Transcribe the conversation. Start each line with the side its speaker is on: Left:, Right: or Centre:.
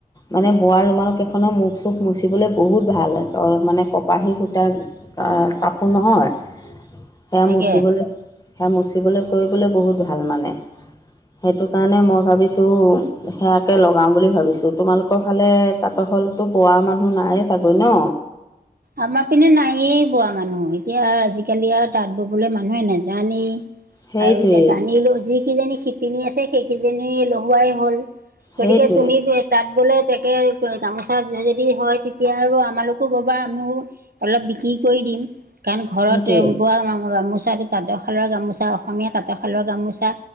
Left: মানে বোৱা ৰুমালকেইখনৰ মুখ চুখ মুচিবলৈ বহুত ভাল হয়। অ মানে কপাহী সূতাৰ কাপোৰ নহয়। সেয়া
Right: তাকে
Left: মচিবলৈ সেয়া মচিবলৈ কৰিবলৈ বহুত ভাল মানে। সেইটো কাৰণে মই ভাবিছো সেয়াকে লগাম বুলি ভাবিছো তোমালোকৰ ফালে তাত ত হলতো বোৱা মানুহ নায়েই চাগৈ ন।
Right: আমাৰ পিনে নায়েই বোৱা মানুহ এতিয়া আজিকালি আৰু তাঁত ববলৈ মানুহে নাজানেই।
Left: সেইটোৱেই
Right: আৰু এতিয়া জানিলো যিকেইজনী শিপিনী আছে সেইকেইজনী লহুৱাই হ'ল।
Left: সেইটোৱেই
Right: গতিকে তুমি তাত বলে তাকে গামোচা যদি হয় তেতিয়া আৰু আমালোকো ববা। মও অলপ বিক্ৰী কৰি দিম কাৰণ ঘৰত
Left: সেইটোৱেই
Right: বোৱা গামোছা খিনি তাঁতৰশালৰ গামোচা অসমীয়া তাঁতৰশালৰ গামোচা